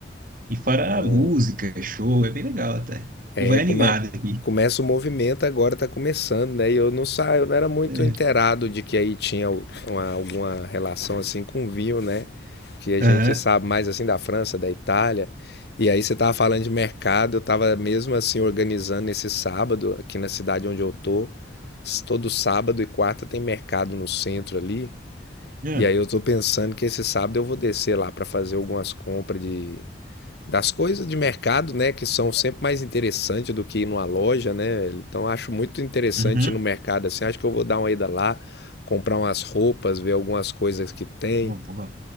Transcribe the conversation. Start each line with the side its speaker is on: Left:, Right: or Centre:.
Right: E fora
Left: bom.
Right: a música, show, é bem legal até.
Left: É,
Right: O povo é animado
Left: come...
Right: aqui.
Left: começa o movimento agora, tá começando, né? E eu não saio, eu não era muito
Right: É,
Left: inteirado de que aí tinha u- uma- alguma relação assim com o vinho, né? Que a
Right: Aham.
Left: gente sabe mais assim da França, da Itália. E aí você tava falando de mercado, eu tava mesmo assim organizando esse sábado aqui na cidade onde eu tô. S- Todo sábado e quarta tem mercado no centro ali.
Right: Uhum.
Left: E aí eu tô pensando que esse sábado eu vou descer lá para fazer algumas compras de das coisas de mercado, né, que são sempre mais interessantes do que ir numa loja, né? Então acho muito interessante
Right: Uhum.
Left: ir no mercado assim. Acho que eu vou dar uma ida lá, comprar umas roupas, ver algumas coisas que tem.
Right: Vou vou